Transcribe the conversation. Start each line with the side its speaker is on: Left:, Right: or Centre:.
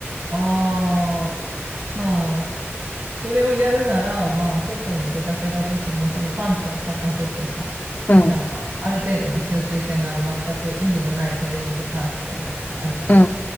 Right: ああ、まあ、それをやるなら、まあ、外に出かけた時も、そのパンツを履かせてさ、
Left: う。うん、
Right: なんか、
Left: うん、
Right: ある程度の吸水性のある全く意味のないトレーニングパンツとかいうやつあんじゃん。
Left: うん、